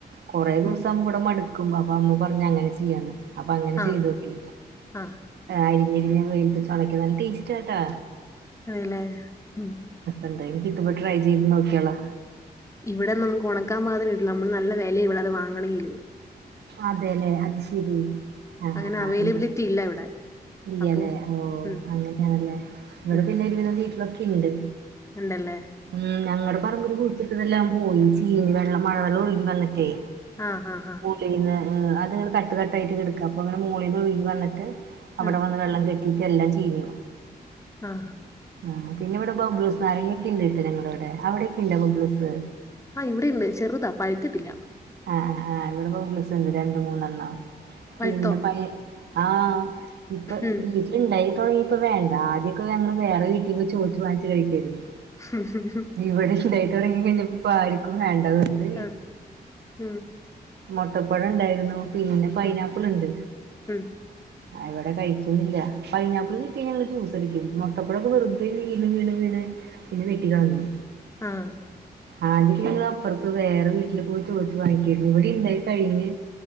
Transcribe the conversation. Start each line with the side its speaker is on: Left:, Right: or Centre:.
Right: കുറേ ദിവസം
Left: ഉം
Right: ഇവിടെ മടുക്കും അപ്പോം അമ്മ പറഞ്ഞഞ് അങ്ങനെ ചെയ്യാന്ന് അപ്പൊ അങ്ങനെ
Left: ആഹ്
Right: ചെയ്ത് നോക്കി
Left: ആഹ്
Right: അരിഞ്ഞരിഞ്ഞ വെയിലത്തു വെച്ച് ഉണക്കി നല്ല ടേസ്റ്റ് ആട്ടാ
Left: അതല്ല ഉം
Right: എന്തായാലും കിട്ടുമ്പോ ട്രൈ ചെയ്ത് നോകിയാളാ
Left: ഇവിടെ നമ്മുക്ക്‌ ഉണക്കാൻ മാതിരി കിട്ടില്ല നമ്മ നല്ല വിലയ ഇവിടെ അത് വാങ്ങണങ്കിലും
Right: അതെല്ലേ അത്ശരി ആഹ്
Left: അങ്ങനെ
Right: ആഹ് ഇല്ല
Left: <unintelligible> ഇവിടെ
Right: ഇല്ലല്ലേ
Left: അപ്പൊ
Right: ഓ
Left: ഉം
Right: അങ്ങനെയാണല്ലേ ഇവിടെ
Left: ഉം
Right: പിന്ന ഒരുവിധം വീട്ടിലൊക്കെ ഉണ്ട്
Left: ഉണ്ടല്ലേ
Right: ഉം ഞങ്ങടെ പറമ്പിൽ പൂത്ത് ഇതെല്ലാം പോയി ചീഞ് വെള്ളം മഴവെള്ളം ഒഴുകി വന്നിട്ടേ
Left: ആഹ് ആഹ് അഹ്
Right: <unintelligible> അത് ഇങ്ങനെ തട്ട് തട്ടായിട്ട് കിടക്കുവാ അങ്ങനെ മുകളിന്ന് ഒഴുകി വന്നിട്ട് അടെ
Left: ഉം
Right: വെള്ളം കെട്ടിട്ട് എല്ലാം ചീഞ്ഞു
Left: ആഹ്
Right: ഉം പിന്നെ ഇവിടെ ബബ്ലൂസ് നാരങ്ങ ഒക്കെ ഉണ്ട് നങ്ങള ഇവിടെ അവിടെയക്ക ഉണ്ടണ്ട് ബബ്ലൂസ്
Left: ആഹ് ഇവിടെ ഉണ്ട് ചെറുതാ പഴുത്തിട്ടില്ല
Right: ആഹ് ആഹ് ഇവിടെ ബബ്ലസ് ഉണ്ട് രണ്ട് മൂന്നെണ്ണണം പിന്നെ
Left: പഴുത്തോ
Right: പ ആഹ് ഇപ്പൊ
Left: ഉം
Right: ഉണ്ടായി തുടങ്ങി ഇപ്പ വേണ്ട ആദ്യമൊക്കെ ഞങ്ങള്ൾ വേറെ വീട്ടിൽ പോയി ചോദിച്ചു വാങ്ങച്ച് കഴിക്കായിരുന്നു
Left: <unintelligible>
Right: ഇവിടെ ഉണ്ടായി തുടങ്ങി കഴിഞ്ഞപ്പോ ആർക്കും വേണ്ടതന്ന
Left: ആഹ് ഉം
Right: മുട്ടപ്പഴം ഉണ്ടായിരുന്നു പിന്നെ പൈനാപ്പിൾ
Left: ഉം
Right: ഉണ്ട്
Left: ഉം
Right: അവിടെ കഴിക്കുന്നില്ല പൈനാപ്പിൾ കിട്ടി ഞങ്ങള് ജ്യൂസ അടിക്കും മുട്ടപ്പഴൊക്കെ വെറുത വീണു വീണ് വീണ് പിന്നെ വീട്ടികളന്നു
Left: ആഹ്
Right: ആദ്യ ഒക്കെ അപ്പറത്ത് വേറെ വീട്ടിൽ പോയി ചോദിച്ചു <unintelligible> ഇവിടെ ഉണ്ടായി കഴിഞ്ഞ്